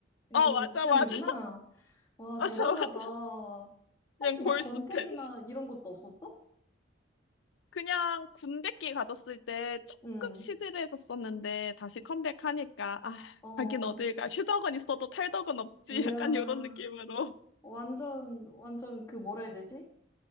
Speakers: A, on the left; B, on the left.
A: 음,
B: 어 맞아
A: 취향이구나.
B: 맞아 <laughs>
A: 와,
B: 맞아
A: 대단하다.
B: 맞아 그냥
A: 혹시
B: 골수
A: 막 권태기나
B: 팬
A: 이런 것도 없었어?
B: 그냥 군대끼 가졌을 때 조금
A: 응.
B: 시들해졌었는데 다시 컴백하니까 아,
A: 어,
B: 가긴 어딜 가. 휴덕은 있어도 탈덕은 없지.
A: 이야,
B: <laughs> 약간 이런 느낌으로.
A: 완전, 완전 그 뭐라 해야 되지?